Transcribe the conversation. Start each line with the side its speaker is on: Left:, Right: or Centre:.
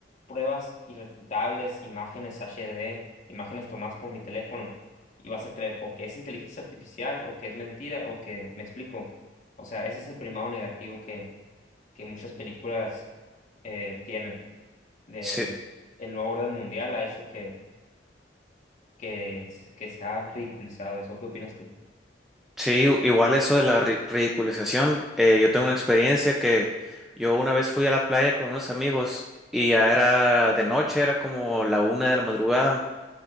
Left: pruebas irrefutables, imágenes H D, imágenes tomadas por mi teléfono, y vas a creer o que es inteligencia artificial, o que es mentira, o que me explico. O sea, ese es el primado negativo que, que muchas películas eh, tienen. De,
Centre: sí.
Left: el nuevo orden mundial ha hecho que, que, se- que se ha ridiculizado eso. ¿Qué opinas tú?
Centre: Sí, u- igual eso de la ri- ridiculización. eh, yo tengo una experiencia que yo una vez fui a la playa con unos amigos y ya era de noche, era como la una de la madrugada